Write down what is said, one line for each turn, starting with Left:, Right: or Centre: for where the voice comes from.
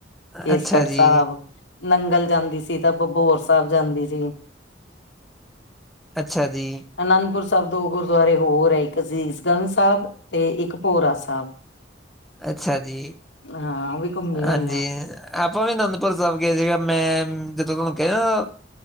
Left: ਕੇਸਗੜ
Centre: ਅੱਛਾ ਜੀ।
Left: ਸਾਬ। ਨੰਗਲ ਜਾਂਦੀ ਸੀ, ਤਾਂ ਬਬੋਰ ਸਾਬ ਜਾਂਦੀ ਸੀ।
Centre: ਅੱਛਾ ਜੀ।
Left: ਅਨੰਦਪੁਰ ਸਾਹਿਬ ਦੋ ਗੁਰਦੁਆਰੇ ਹੋਰ ਐ, ਇੱਕ ਸੀਸ ਗੰਜ ਸਾਬ ਤੇ ਇੱਕ ਭੋਰਾ ਸਾਬ।
Centre: ਅੱਛਾ ਜੀ,
Left: ਹਾਂ ਉਹ ਵੀ ਘੁੰਮੀ ਹੋਈ
Centre: ਹਾਂਜੀ।
Left: ਹਾਂ
Centre: ਆਪਾਂ ਵੀ ਅਨੰਦਪੁਰ ਸਾਬ ਗਏ ਸੀਗੇ, ਮੈਂ ਜਦੋਂ ਤੁਹਾਨੂੰ ਕਿਹਾ